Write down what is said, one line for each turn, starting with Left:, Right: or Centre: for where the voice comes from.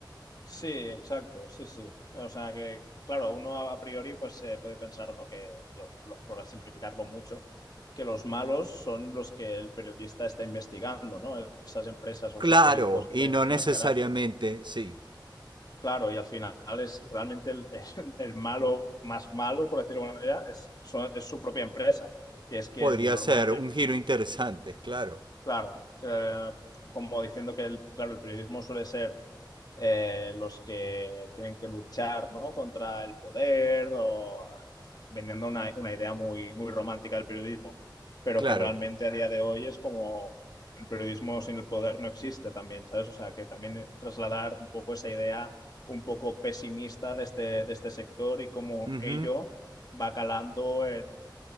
Left: Sí, exacto, sí, sí. O sea que, claro, uno a a priori pues se puede pensar, ¿no? Que, lo- lo- por simplificarlo mucho, que los malos son los que el periodista está investigando, ¿no? Esas empresas o
Right: Claro,
Left: esos políticos que
Right: y
Left: quieren
Right: no
Left: desenmascarar.
Right: necesariamente, sí.
Left: Claro, y al final es realmente el, el- el malo más malo, por decirlo de alguna manera, es, so- es su propia empresa, que es quien
Right: Podría
Left: normalmente,
Right: ser un giro interesante, claro,
Left: claro, que, como diciendo que, el, claro, el periodismo suele ser eh, los que tienen que luchar, ¿no? contra el poder o vendiendo una, una idea muy, muy romántica del periodismo, pero
Right: claro.
Left: que realmente a día de hoy es como el periodismo sin el poder no existe también, ¿sabes? O sea, que también trasladar un poco esa idea un poco pesimista de este, de este sector y cómo
Right: Ujú,
Left: ello va calando en,